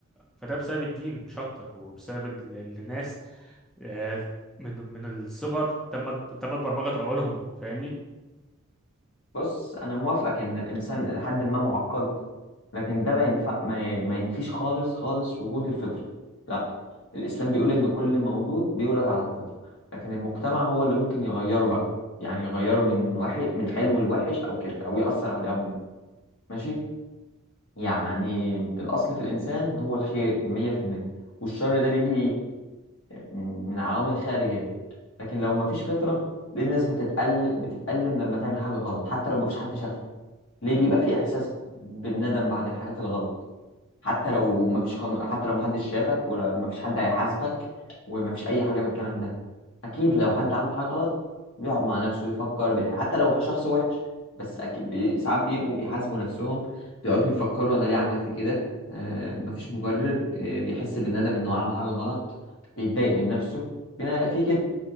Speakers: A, in the centre; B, on the left.
A: فده بسبب الدين مش اكتر هو بسبب ان ال- الناس آه، من من الصغر تمت تمت برمجه عقولهم فاهمني
B: بص انا موافقك ان الانسان لحد ما معقد لكن ده ما ينفع ما, ي- ما ينفيش خالص خالص وجود الفطره لا الاسلام بيقول ان كل مولود بيولد على الفطره لكن المجتمع هو اللي ممكن يغيره بقى يعني يغيره من وحي من حلو لوحش او كده او يأثر عليه عموما ماشي يعني الأصل في الإنسان هو الخير مية في المية والشر ده بيجي من من عوامل خارجية لكن لو مفيش فطرة ليه الناس بتتقل بتتألم لما تعمل حاجة غلط حتى لو مفيش حد شافها ليه بيبقى في إحساس بالندم بعد الحاجات الغلط حتى لو ما فيش قانون حتى لو ما حدش شافك ولا ما فيش حد هيحاسبك وما فيش اي حاجه من الكلام ده اكيد لو حد عمل حاجه غلط بيقعد مع نفسه يفكر بيح... حتى لو شخص وحش بس اكيد بي... ساعات بيبقوا بيحاسبوا نفسهم بيقعدوا يفكروا انا ليه عملت كده آه مفيش مبرر آه بيحس بالندم انه عمل حاجه غلط بيتضايق من نفسه بنا- في كده